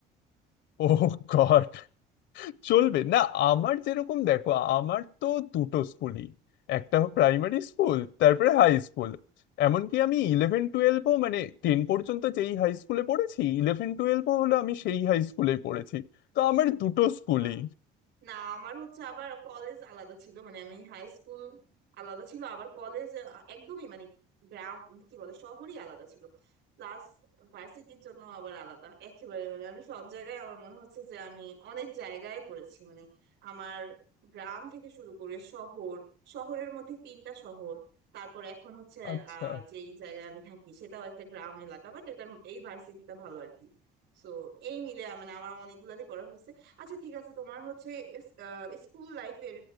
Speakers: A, on the left; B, on the right.
A: ও গড চলবে না আমার যেরকম দেখো আমার তো দুটো স্কুলই একটা প্রাইমারি স্কুল তারপরে হাই স্কুল এমনকি আমি ইলেভেন টুয়েলভও মানে টেন পর্যন্ত যেই হাই স্কুলে পড়েছি ইলেভেন টুয়েলভও হলো আমি সেই হাই স্কুলেই পড়েছি তো আমার দুটো স্কুলই
B: ও না আমার হচ্ছে আবার কলেজ আলাদা ছিল মানে আমি হাই স্কুল আলাদা ছিল আবার কলেজ একদমই মানে গ্রাম কি বলে শহরই আলাদা ছিল প্লাস ভার্সিটির জন্য আবার আলাদা একেবারে মানে আমি সব জায়গায় আমার মনে হচ্ছে যে আমি অনেক জায়গায় পড়েছি মানে আমার গ্রাম থেকে শুরু করে শহর শহরের মধ্যে তিনটা শহর তারপর এখন হচ্ছে
A: আচ্ছা
B: আহ যেই জায়গায় আমি থাকি সেটাও একটা গ্রাম এলাকা বাট এটার এই ভার্সিটিটা ভালো আর কি তো এই মিলে মানে আমার অনেকগুলারই পড়া হয়েছে আচ্ছা ঠিক আছে তোমার হচ্ছে ইস- আহ, স্কুল লাইফের